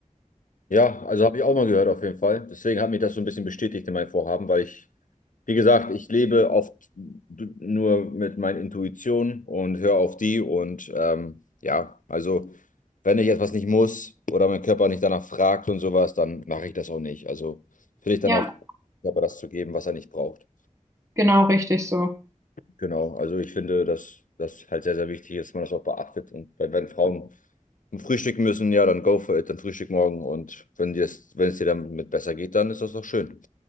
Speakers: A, on the left; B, on the right.
A: Ja, also habe ich auch mal gehört, auf jeden Fall. Deswegen hat mich das so ein bisschen bestätigt in meinem Vorhaben, weil ich Wie gesagt, ich lebe oft nur mit meinen Intuitionen und höre auf die. Und ähm, ja, also wenn ich etwas nicht muss oder mein Körper nicht danach fragt und sowas, dann mache ich das auch nicht. Also finde ich dann
B: Ja,
A: auch, dem Körper das zu geben, was er nicht braucht.
B: genau, richtig so.
A: Genau, also ich finde, dass das halt sehr, sehr wichtig ist, dass man das auch beachtet. Und bei- wenn Frauen frühstücken müssen, ja, dann go for it, dann frühstück morgen. Und wenn dir das, wenn es dir damit besser geht, dann ist das doch schön.